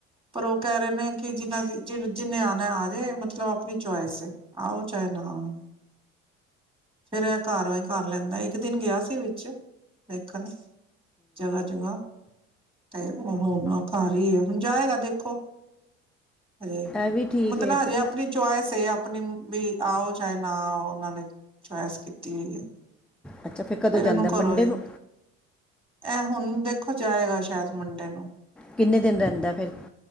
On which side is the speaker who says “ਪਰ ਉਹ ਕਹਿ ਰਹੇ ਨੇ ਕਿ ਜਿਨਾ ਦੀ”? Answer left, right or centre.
Right